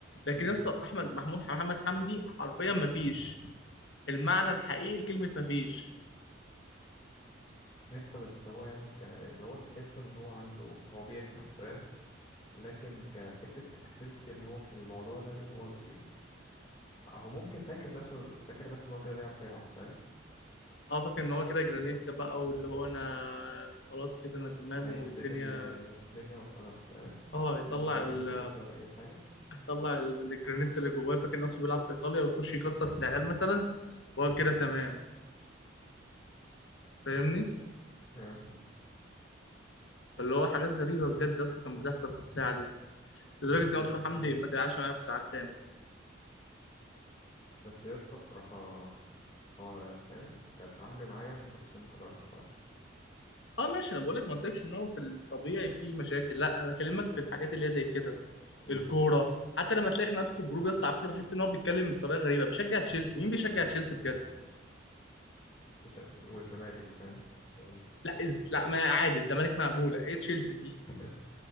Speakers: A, on the left; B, on the left.
A: لكن
B: مم.
A: يا اسطى احمد محمود محمد حمدي حرفيا مفيش المعنى الحقيقي لكلمه مفيش
B: يا اسطى بس هو يعني ك... اللي هو تحس ان هو عنده هو بيفهم فاهم لكن كحتة توكسيستي اللي هو في الموضوع ده اللي هو بي... هو ممكن فاكر نفسه فاكر نفسه ان هو كده بيعرف يلعب فاهم
A: اه فاكر ان هو كده جرانيت بقى واللي هو انا خلاص كده انا تمام
B: هيفلم
A: والدنيا
B: ال- الدنيا وخلاص فاهم
A: اه يطلع
B: مش مهم
A: ال...
B: السكيلز ولا اي حاجة
A: يطلع ال- الجرانيت اللي جواه فاكر نفسه بيلعب في ايطاليا ويخش يكسر في العيال مثلا
B: مم.
A: فهو كده تمام فاهمني
B: نعم.
A: اللي هو حاجات غريبه بجد يا اسطى كانت بتحصل في الساعه دي لدرجه
B: بس
A: ان أنا
B: يا
A: قلت
B: اسطى
A: له حمدي ما تلعبش معايا في ساعات تاني
B: بس يا اسطى الصراحة هو فاهم كانت عامله معايا يعني مشوفتش منه حاجة وحشة خالص
A: اه ماشي انا بقول لك ما قلتلكش ان هو في الطبيعي في مشاكل لا انا بكلمك في الحاجات اللي هي زي كده
B: مم.
A: الكوره حتى لما تلاقي خناقاته في الجروب يا اسطى على الكوره بحس ان هو بيتكلم بطريقه غريبه بشجع تشيلسي مين بيشجع تشيلسي بجد
B: مش- والزمالك فاهم يعني
A: لا إز... لا ما عادي الزمالك مقبوله ايه تشيلسي دي
B: <laughs>